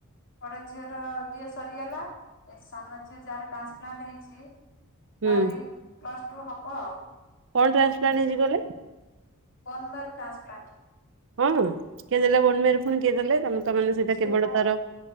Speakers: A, on the left (about 55°); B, on the right (about 60°).
A: ବଡ ଝିଅର ବିଏ ସରିଗଲା, ଏ ସାନ ଝିଅ ଯାହାର ଟ୍ରାନ୍ସପ୍ଲାଣ୍ଟ ହେଇଚି।
B: ହୁଁ
A: ତାର ଏଇ ପ୍ଲସ ଟୁ ହବ ଆଉ।
B: କଣ ଟ୍ରାସପ୍ଲାଣ୍ଟ ହେଇଚି କହିଲେ।
A: ବୋନ ମେରୁ ଟ୍ରାନ୍ସପ୍ଲାଣ୍ଟ।
B: ହଁ, କିଏ ଦେଲେ ବନମେରୁ ପୁଣି କିଏ ଦେଲେ ତମେ ତ ମାନେ ସେଇଟା
A: ସେ
B: କେବଳ
A: ତା
B: ତାର।